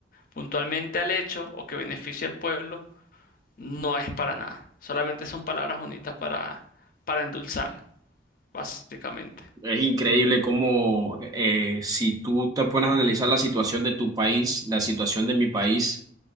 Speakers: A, on the left; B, on the right.
A: Puntualmente al hecho o que beneficie al pueblo no es para nada. Solamente son palabras bonitas para, para endulzar, básicamente.
B: Es increíble cómo eh, si tú te pones a analizar la situación de tu país, la situación de mi país.